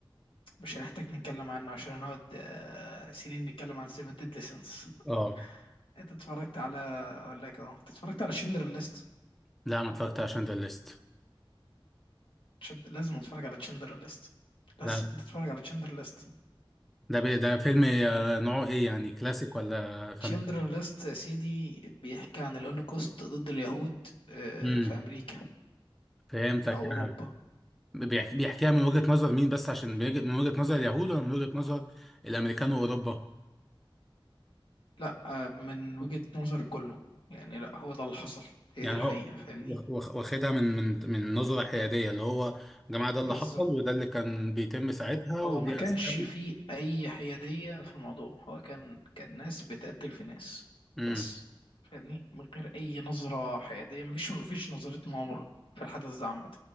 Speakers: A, on the left; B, in the centre.
A: مش هنحتاج نتكلم عنه عشان هنقعد آه، سنين نتكلم عن سيفن ديدلي سينس <laughs>
B: اه
A: أنت اتفرجت على أقول لك أه أنت اتفرجت على شندر ليست
B: لا ما اتفرجت على شندر ليست
A: شد... لازم اتفرج على شندر ليست لازم
B: لا
A: تتفرج على شندر ليست
B: ده بي ده فيلم آه، نوعه ايه يعني كلاسيك ولا فانت
A: شندر ليست يا سيدي بيحكي عن الهولوكوست ضد اليهود آه،
B: امم
A: في أمريكا
B: فهمتك
A: أو
B: آه.
A: أوروبا
B: بيحكي بيحكيها من وجهة نظر مين بس عشان بيج- من وجهة نظر اليهود ولا من وجهة نظر الامريكان واوروبا
A: لا آه، من وجهة نظر كله يعني لا هو ده اللي حصل هي
B: يعني
A: دي الحقيقة
B: هو
A: فاهمني
B: واخ- واخدها من من من نظرة حيادية اللي هو يا جماعة ده اللي
A: بس
B: حصل وده اللي كان بيتم ساعتها ودي
A: هو ما كانش
B: اسبابه
A: فيه أي حيادية في الموضوع هو كان كان ناس بتقتل في ناس
B: امم
A: بس فاهمني من غير أي نظرة حيادية مفيش مفيش نظرة مؤامرة في الحدث ده عامة